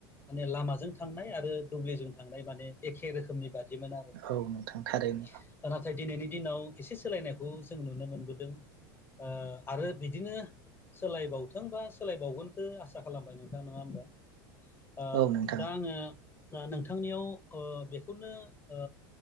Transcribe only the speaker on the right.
औ नोंथां थारैनो
औ नोंथां